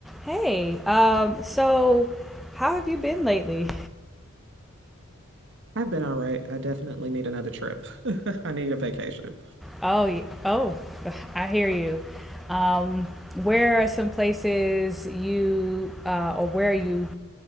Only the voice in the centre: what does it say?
Hey, um, so how have you been lately?
Oh, y- oh, <laughs> I hear you. Um, where are some places you, uh, or where are you